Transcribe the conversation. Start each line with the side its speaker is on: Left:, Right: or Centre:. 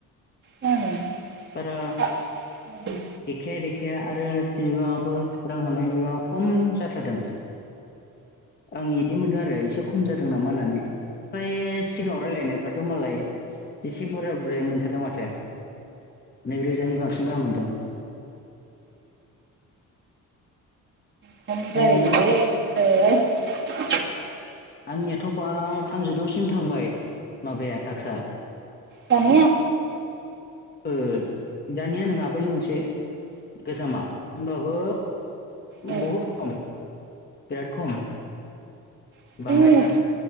Right: जानो
Left: बारा
Right: खम
Left: देखाया देखाया आरो बिबाङाबो रां हाबनायनि बिबाङा खम जाथारदों आं इदि मोनदों आरो एसे खम जादों नामा होननानै ओमफ्राय सिगाङाव रायलायनायफ्राथ' मालाय एसे बुरजा बुरजायै मोनथारदों माथो नैरोजानि बांसिन गाहाम मोनदों।
Right: <unintelligible>
Left: ओमफ्राय आंनियाथ' बा थामजिद'सिम थांबाय माबाया थाक्सा
Right: दानिया?
Left: ओ दानिया नोङा बै मोनसे गोजामा होम्बाबो
Right: ओ
Left: बहुद खम बिराद खम
Right: ओइ
Left: बाङायथार